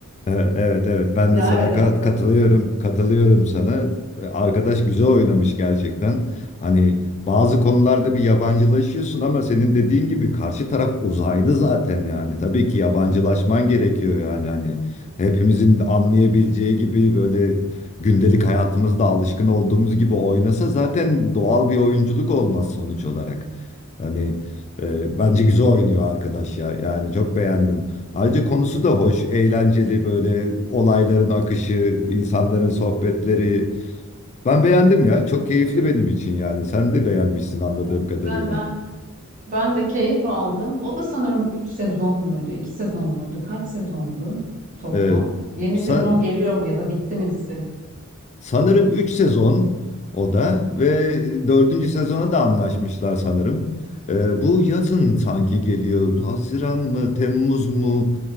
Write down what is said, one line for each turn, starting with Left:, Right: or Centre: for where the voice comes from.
Left: Evet, evet, evet. Ben
Right: Ya
Left: de sana
Right: evet
Left: kat-
Right: ama konu
Left: katılıyorum, katılıyorum sana. E, Arkadaş güzel oynamış gerçekten. Hani bazı konularda bir yabancılaşıyorsun ama senin dediğin gibi karşı taraf uzaylı zaten yani. Tabii ki yabancılaşman gerekiyor yani hani hepimizin anlayabileceği gibi böyle gündelik hayatımızda alışkın olduğumuz gibi oynasa zaten doğal bir oyunculuk olmaz sonuç olarak. Hani e, bence güzel oynuyor arkadaş ya. Yani çok beğendim Ayrıca konusu da hoş, eğlenceli böyle olayların akışı, insanların sohbetleri. Ben beğendim ya. Çok keyifli benim için yani. Sen de beğenmişsin anladığım
Right: Evet
Left: kadarıyla.
Right: Ben ben ben de keyif aldım. O da sanırım 3 sezon muydu, 2 sezon muydu? Kaç sezondu toplam?
Left: Ee,
Right: Yeni
Left: sa-
Right: sezon geliyor mu ya da bitti mi dizi?
Left: sanırım 3 sezon o da ve dördüncü sezona da anlaşmışlar sanırım. Ee, bu yazın sanki geliyor. Haziran mı, Temmuz mu?